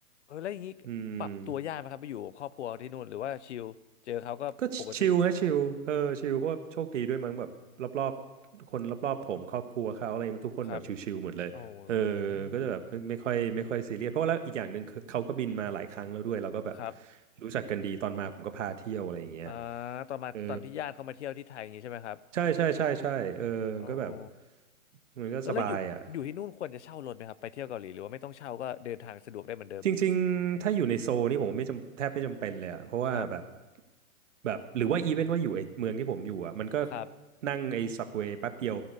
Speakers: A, on the left; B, on the right.
A: เออแล้วอย่างนี้ปรับตัวยากไหมครับไปอยู่กับครอบครัวที่นู่นหรือว่าชิลเจอเขาก็ปกติ
B: อืม ก็ชิลฮะชิลเออชิลเพราะว่าโชคดีด้วยมั้งแบบรอบๆคนรอบๆผมครอบครัวเขาอะไรมันทุกคนแบบชิลๆหมดเลยเออ
A: ครับโอ้โห
B: ก็จะแบบไม่ไม่ค่อยไม่ค่อยซีเรียสเพราะว่าแล้วอีกอย่างหนึ่งคือเขาก็บินมาหลายครั้งแล้วด้วยเราก็แบบ
A: ครับ
B: รู้จักกันดีตอนมาผมก็พาเที่ยวอะไรอย่างเงี้ย
A: อ่าตอนมาตอนที่ญาติเขามาเที่ยวที่ไทยอย่างนี้ใช่ไหมครับ
B: เออใช่ใช่ใช่ใช่เออก็แบบ
A: โอ้โห
B: มันก็สบายอ่ะ
A: เออแล้วอยู่อยู่ที่นู่นควรจะเช่ารถไหมครับไปเที่ยวเกาหลีหรือว่าไม่ต้องเช่าก็เดินทางสะดวกได้เหมือนเดิม
B: จริงๆ ถ้าอยู่ในโซลนี่ผมไม่จำแทบไม่จำเป็นเลยอะเพราะว่าแบบ
A: ครับ
B: แบบหรือว่าอีเวนว่าอยู่ไอ้เมืองที่ผมอยู่อะมันก็
A: ครับ
B: นั่งไอ้ซับเวย์แป๊บเดียว